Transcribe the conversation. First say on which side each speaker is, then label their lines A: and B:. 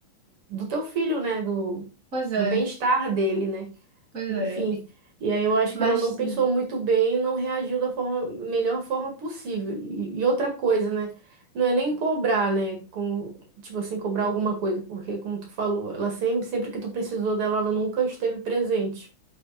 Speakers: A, on the right; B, on the right.
A: do teu filho, né? Do,
B: Pois é,
A: do bem-estar dele, né?
B: pois
A: Enfim,
B: é.
A: e aí eu acho
B: Mas
A: que ela não pensou
B: sim.
A: muito bem e não reagiu da forma, melhor forma possível. E, e outra coisa, né? Não é nem cobrar, né? Com, tipo assim, cobrar alguma coisa, porque como tu falou, ela sempre, sempre que tu precisou dela, ela nunca esteve presente,